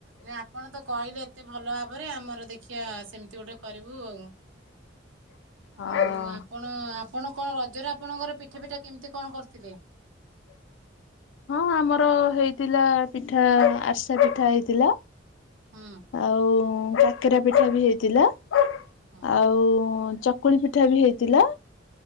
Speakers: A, on the right; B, on the left.
A: ନାଇ ଆପଣ ତ କହିଲେ ଏତେ ଭଲ ଭବ ତାପରେ ଆମର ଦେଖିବା ସେମିତି ଗୋଟେ କରିବୁ ଆଉ
B: ହଁ
A: ଆଉପ ଆପଣ ଆପଣ କଣ ରଜରେ ଆପଣଙ୍କର ପିଠା ପିଠା କେମିତି କଣ କରିଥିଲେ?
B: ହଁ ଆମର ହେଇଥିଲା ପିଠା ଆରିସା ପିଠା ହେଇଥିଲା।
A: ହୁଁ
B: ଆଉ କାକେରା ପିଠା ବି ହେଇଥିଲା
A: ହୁଁ
B: ଆଉ ଚ କକୁଳି ପିଠା ବି ହେଇଥିଲା।